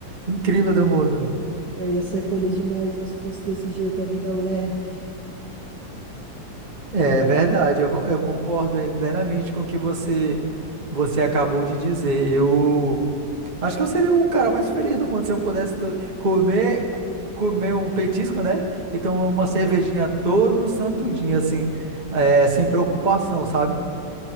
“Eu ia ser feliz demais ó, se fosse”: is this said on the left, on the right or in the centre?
Right